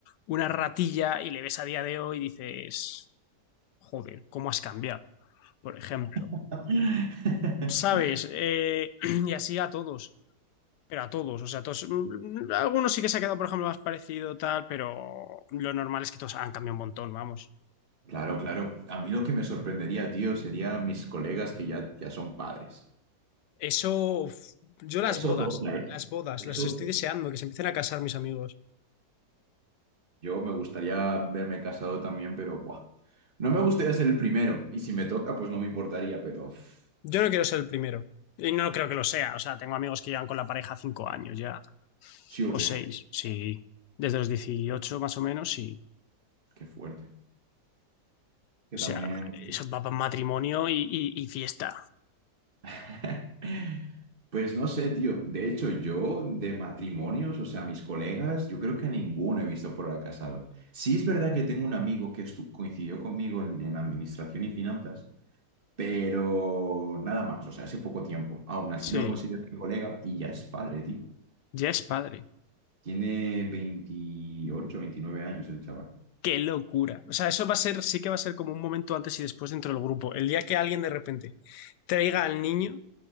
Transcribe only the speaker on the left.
una ratilla y le ves a día de hoy y dices, joder, ¿cómo has cambiado? Por ejemplo,
¿sabes? Eh, <clears throat> y así a todos. Pero a todos, o sea, todos, mm, mm, algunos sí que se ha quedado, por ejemplo, más parecido tal, pero lo normal es que todos han cambiado un montón, vamos.
Eso, uf, yo las
bodas,
las bodas,
las estoy
deseando, que se empiecen a casar mis amigos.
Yo no quiero ser el primero. Y no creo que lo sea, o sea, tengo amigos que llevan con la pareja cinco años ya,
o
seis, sí. Desde los 18 más o menos, sí.
O
sea, eso va para matrimonio y, y y fiesta.
Sí,
ya es padre.
Qué locura. O sea, eso va a ser, sí que va a ser como un momento antes y después dentro del grupo. El día que alguien de repente traiga al niño,